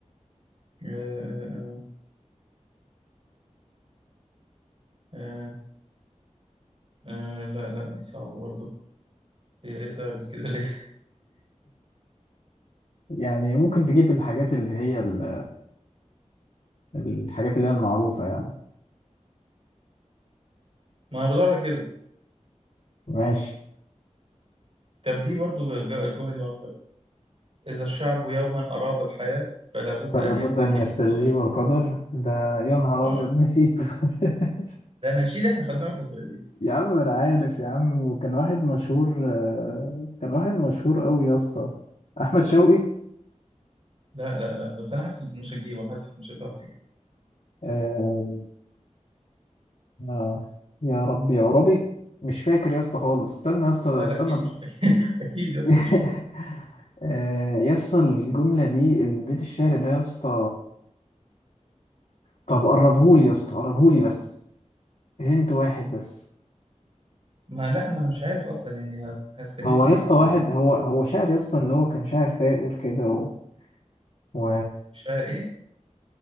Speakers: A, on the right (about 50°); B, on the left (about 70°).
A: آه آه آه آه آه لا لا دي صعبة برضه هي ايه صعبت كده ليه؟
B: يعني ممكن تجيب الحاجات اللي هي ال- الحاجات اللي هي المعروفة يعني
A: <laughs> ما أنا بدور على كده
B: ماشي
A: طب دي برضو ج- الجملة دي معروفة أوي إذا الشعب يوما أراد الحياة فلا بد
B: فلا
A: أن
B: بد
A: يستجيب
B: أن يستجيب
A: القدر
B: القدر ده يا نهار
A: آه
B: أبيض نسيت <laughs>
A: ده نشيد إحنا خدناه وإحنا صغيرين
B: يا عم انا عارف يا عم وكان واحد مشهور آه، كان واحد مشهور قوي يا اسطى احمد شوقي
A: لا لا لا بس أنا حاسس مش هتجيبه حاسسك مش هتعرف تجيبه
B: آه آه، يا ربي يا ربي مش فاكر يا اسطى خالص استنى يا اسطى
A: لا
B: استنى
A: لا أكيد
B: بف...
A: مش <laughs> أكيد يا اسطى
B: <laughs>
A: مش هتعرف
B: آه يا اسطى الجملة دي البيت الشعر ده يا اسطى طب قربهولي يا اسطى قربهولي بس هنت واحد بس
A: ما لا ما أنا مش عارف أصلا يعني هستهنت
B: هو يا
A: إيه
B: اسطى
A: ما
B: واحد هو هو شاعر يا اسطى اللي هو كان شاعر ثائر كده و... و...
A: مش عارف إيه